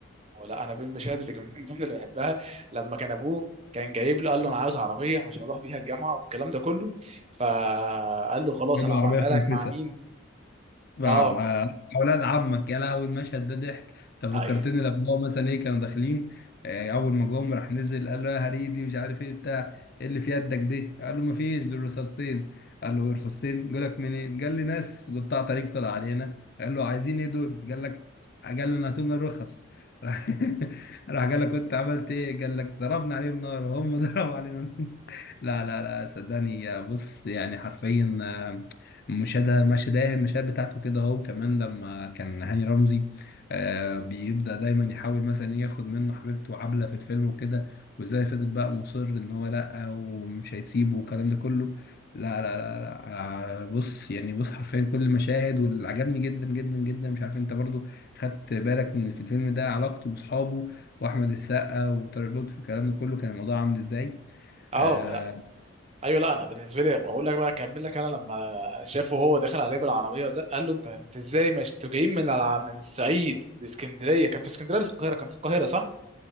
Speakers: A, on the right; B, on the left.
A: او لا انا بالمشاهد اللي كان- من ضمن اللي بحبها لما كان ابوه كان جايب له قال له انا عاوز عربيه عشان اروح بيها الجامعه والكلام ده كله فقال له خلاص
B: جاب
A: انا
B: العربيه
A: هبعتها لك
B: في
A: مع مين
B: مع
A: اه
B: آه، اولاد عمك يا لهوي المشهد ده ضحك انت
A: ايوه
B: فكرتني لما هو مثلا ايه كانوا داخلين آه، اول ما جم راح نزل قال له يا هريدي مش عارف ايه بتاع ايه اللي في يدك دي قال له ما فيش دول رصاصتين قال له رصاصتين جالك منين قال لي ناس قطاع طريق طلع علينا قال له عايزين ايه دول قال لك قال لنا هاتوا لنا الرخص راح <laughs> راح قال لك كنت عملت ايه قال لك ضربنا عليهم نار وهم <laughs> ضربوا علينا نار. لا لا لا صدقني يا بص يعني حرفيا آه، مشاهدة مشاهدة المشاهد بتاعته كده اهو كمان لما كان هاني رمزي آه بيبدأ دايما يحاول مثلا ياخد منه حبيبته عبلة في الفيلم وكده وازاي فضل بقى مصر ان هو لا ومش هيسيبه والكلام ده كله لا لا لا لا آه، بص يعني بص حرفيا كل المشاهد واللي عجبني جدا جدا جدا مش عارف انت برضو خدت بالك من في الفيلم ده علاقته باصحابه واحمد السقا وطارق لطفي والكلام ده كله كان الموضوع عامل ازاي
A: اه
B: آه
A: ايوه لا انا بالنسبه لي بقول لك بقى اكمل لك انا لما شافه هو داخل عليه بالعربيه وزق قال له انت انت ازاي مش انتوا جايين من الع... من الصعيد لاسكندريه كان في اسكندريه ولا في القاهره كان في القاهره صح